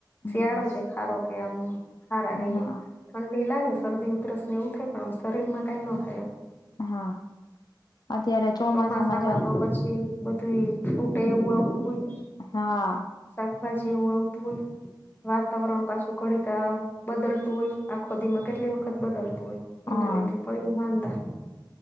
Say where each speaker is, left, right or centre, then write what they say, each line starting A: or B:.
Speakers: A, on the left; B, on the left.
A: શિયાળો
B: હા
A: છે. હારો કે આમ હારા રહીએ.
B: હા
A: ઠંડી લાગે શરદી ઉધરસ ને એવું થાય પણ આમ શરીરમાં કઈ ન થાય એમ.
B: હા અત્યારે ચોમાસામાં
A: ચોમાસા
B: જો
A: માં તો પછી બધું છૂટે એવું આવતું હોય.
B: હા.
A: શાકભાજી એવું આવતું હોય તો વાતાવરણ ઘડીકમાં બદલતું હોય આખોદી માં કેટલી વખત બદલતું હોય
B: હા
A: એને લીધે પડીએ માંંદા.